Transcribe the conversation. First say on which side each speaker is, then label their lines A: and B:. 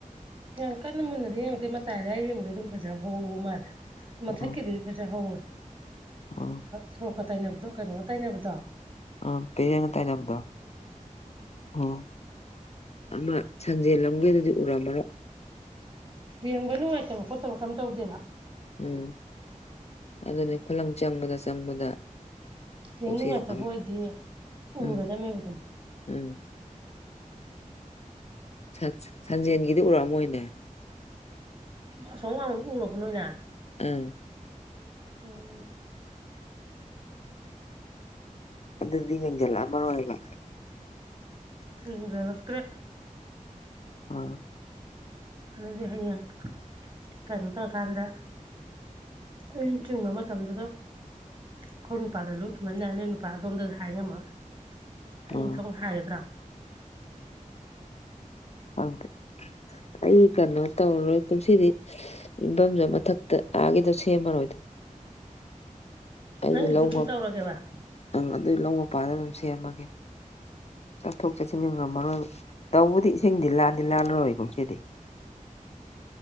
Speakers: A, on the right; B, on the left.
A: ꯌꯥꯝ ꯀꯟꯅ ꯃꯨꯟꯅꯗꯗꯤ ꯌꯦꯡꯉꯛꯇꯦ ꯃꯇꯥꯏ ꯑꯗꯥꯏꯗ ꯌꯦꯡꯕꯗ ꯑꯗꯨꯝ ꯐꯖ ꯍꯧꯕ ꯃꯥꯜꯂꯦ ꯃꯊꯛꯀꯤꯗꯤ
B: ꯑꯥ
A: ꯐꯖ ꯍꯧꯋꯦ
B: ꯑꯥ
A: ꯁꯣꯔꯣꯛꯀ ꯇꯩꯅꯕꯗꯣ ꯀꯩꯅꯣꯒ ꯇꯩꯅꯕꯗꯣ
B: ꯑ <unintelligible> ꯇꯥꯏꯅꯕꯗꯣ ꯑꯣ ꯑꯗꯣ ꯁꯟꯖꯦꯜ ꯂꯝꯗꯨꯗꯤ ꯎꯔꯝꯂꯥꯔꯣꯏ
A: ꯌꯦꯡꯕ ꯅꯨꯡꯉꯥꯏꯇꯕ ꯈꯣꯠꯇꯕ ꯀꯦꯝ ꯇꯧꯗꯦꯕ
B: ꯎꯝ ꯑꯗꯨꯅꯤ ꯈꯨꯂꯪ ꯆꯪꯕꯗ ꯆꯪꯕꯗ
A: ꯌꯦꯡ
B: ꯄꯨꯟꯁꯤꯗ
A: ꯅꯨꯡꯉꯥꯏꯇꯕ
B: ꯈꯪꯗꯦ
A: ꯑꯣꯏꯔꯗꯤ ꯎꯔꯗꯧꯅꯦ
B: ꯎꯝ
A: ꯑꯗꯨꯝ
B: ꯎꯝ ꯁꯟ ꯁꯟꯖꯦꯟꯒꯤꯗꯤ ꯎꯔꯛ ꯑꯝꯃꯣꯏꯅꯦ
A: ꯑꯣ ꯑꯁꯣꯝ ꯋꯥꯡꯃ ꯎꯔꯣꯕꯣ ꯅꯣꯏꯅ
B: ꯎꯝ
A: ꯑꯣ
B: ꯑꯗꯨꯗꯤ ꯌꯦꯡꯖꯜꯂꯛꯑꯝꯃꯔꯣꯏꯕ
A: ꯌꯦꯡꯖꯜꯂꯛꯇ꯭ꯔꯦ
B: ꯑ
A: ꯑꯗꯨꯗꯤ ꯍꯩꯌꯦꯡ ꯀꯩꯅꯣ ꯇꯧꯔꯀꯥꯟꯗ ꯑꯩ ꯆꯤꯡꯕ ꯃꯇꯝꯗꯨꯗ ꯑꯩꯈꯣꯏ ꯅꯨꯄꯥꯗ ꯂꯨ ꯊꯨꯝꯍꯟ ꯌꯥꯅꯤ ꯅꯨꯄꯥ ꯑꯗꯣꯝꯗ ꯍꯥꯏ ꯉꯝꯃꯔꯣꯏ ꯑꯩ
B: ꯑꯥ
A: ꯁꯣꯝ ꯍꯥꯏꯒꯗ꯭ꯔꯥ
B: ꯍꯪꯇꯦ ꯑꯩ ꯀꯩꯅꯣ ꯇꯧꯔꯔꯣꯏ ꯀꯨꯝꯁꯤꯗꯤ ꯏꯟꯕꯝꯖꯨ ꯃꯊꯛꯇ ꯑꯥꯒꯤꯗꯣ ꯁꯦꯝꯃꯔꯣꯏꯗ ꯑꯩꯒꯤ
A: ꯅꯪꯒꯤꯗꯣ
B: ꯂꯧ
A: ꯑꯗꯨꯝ
B: ꯃꯞ
A: ꯇꯧꯔꯒꯦꯕ
B: ꯑ ꯑꯗꯨꯏ ꯂꯧ ꯃꯄꯥꯗ ꯑꯗꯨꯝ ꯁꯦꯝꯃꯒꯦ ꯆꯠꯊꯣꯛ ꯆꯠꯁꯤꯟ ꯉꯝꯃꯔꯣꯏꯕ ꯇꯧꯕꯨꯗꯤ ꯏꯁꯤꯡꯗꯤ ꯂꯥꯟꯗꯤ ꯂꯥꯜꯂꯔꯣꯏ ꯀꯨꯝꯁꯤꯗꯤ